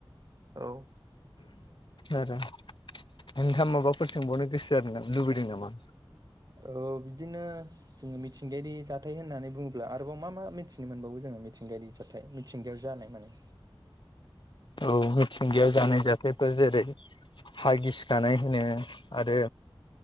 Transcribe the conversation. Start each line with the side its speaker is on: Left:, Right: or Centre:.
Right: औ।
Left: आरो नोंथां माबाफोर सोंबावनो गोसो आरोा लुबैदों नामा?
Right: औ बिदिनो जोङो मिथिंगायारि जाथाय होननानै बुङोब्ला आरोबाव मा मा मिथिनो मोनबावो जोङो? मिथिंगायारि जाथाय मिथिंगायाव जानाय माने।
Left: औ मिथिंगायाव जानाय जाथायफोर जेरै हा गिसिखानाय होनो आरो